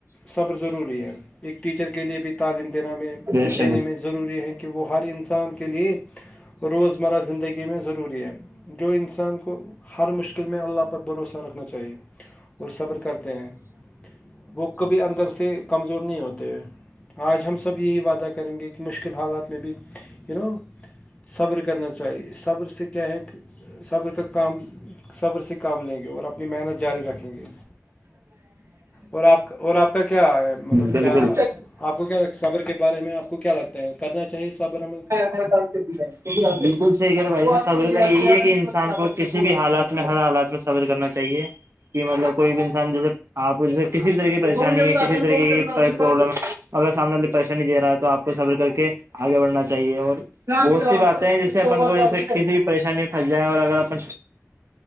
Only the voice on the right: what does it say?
بیش
بیش
بالکل
ہاں سے ہے بالکل صحیح ہے بھائی صبر تو یہی ہے کہ انسان کو کسی بھی حالات میں ہر حالات میں صبر کرنا چاہیے کہ مطلب کوئی بھی انسان جیسے آپ جیسے کسی بھی طریق کی پریشانی ہے کسی بھی طریقے کی پرابلم ہے اگر سامنےے پریشانی دے رہا ہے تو آپ کو سفر کر کے آگے بڑھنا چاہیے اور وہ سی باتیں ہیں جیسے اپن کو جیسے کسی بھی پریشانی میں پھنس جائےیں اور اگر اپ